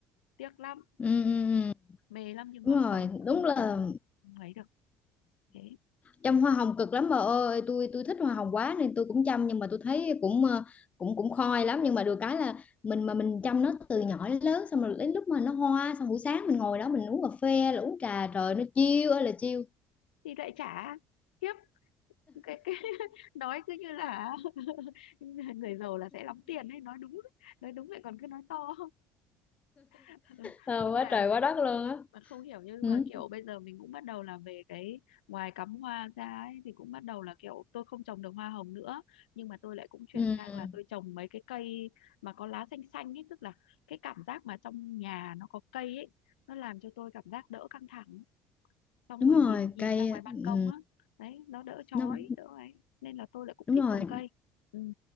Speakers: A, on the left; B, on the left.
A: tiếc lắm
B: ừ, ừ, ừ.
A: mê lắm nhưng
B: đúng
A: mà
B: rồi
A: không không
B: đúng là
A: không không ấy được thế
B: chăm hoa hồng cực lắm bà ơi tôi tôi thích hoa hồng quá nên tôi cũng chăm nhưng mà tôi thấy cũng ờ, cũng cũng khói lắm nhưng mà được cái là mình mà mình chăm nó từ nhỏ đến lớn xong rồi đến lúc mà nó hoa xong buổi sáng
A: ừ.
B: mình ngồi đó mình uống cà phê là uống trà trời nó chiêu ơi là chiêu
A: thì lại trả tiếp cái, cái <laughs> nói cứ như là <laughs> người giàu là sẽ lắm tiền ấy nói đúng nói đúng lại còn cứ nói to <laughs>
B: Ờ,
A: nhưng
B: quá
A: mà
B: trời quá đất luôn á
A: mà không hiểu nhưng
B: ừ.
A: mà kiểu bây giờ mình cũng bắt đầu là về cái ngoài cắm hoa ra ấy thì cũng bắt đầu là kiểu tôi không trồng được hoa hồng nữa nhưng mà tôi lại cũng chuyển
B: ừ.
A: sang là tôi trồng mấy cái cây mà có lá xanh xanh ấy tức là cái cảm giác mà trong nhà nó có cây ấy nó làm cho tôi cảm giác đỡ căng thẳng xong
B: đúng
A: rồi
B: rồi
A: nhìn nhìn
B: cây
A: ra ngoài ban
B: ừ.
A: công á đấy nó đỡ chói
B: nó
A: đỡ ấy nên là tôi lại cũng
B: đúng
A: thích
B: rồi
A: trồng cây ừ,